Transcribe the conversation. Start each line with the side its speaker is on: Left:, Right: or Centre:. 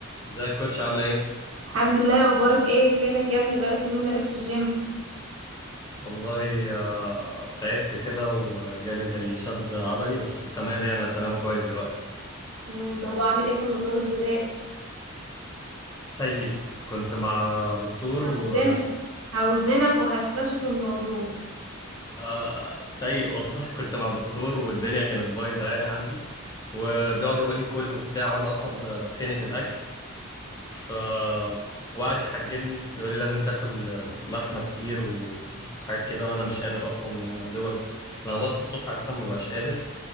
Left: ازيك يا كوتش عاملة ايه؟
Right: الحمد لله اخبارك ايه فينك يا ابني بقالك يومين ما جاتش الجيم
Left: والله آه، تعبت كده وجالي زي شد عضلي بس تمام يعني انا تمام كويس دلوقتي
Right: امم طب اعمل ايه في النظام الغذائي
Left: سيء كنت مع دكتور
Right: عاوزينك
Left: و
Right: هوزنك وهكتشف الموضوع
Left: آه، سيء والله <laughs> كنت مع دكتور والدنيا كانت بايظة يعني عندي وبيقعد يقول لي كل وبتاع وانا اصلا ب- بتخنق من الاكل ف وقعد يحجمني يقول لي لازم تاكل لحمة كتير وحاجات كده وانا مش قادر اصلا يا دوبك لما بصحى الصبح اصلا ما بقاش قادر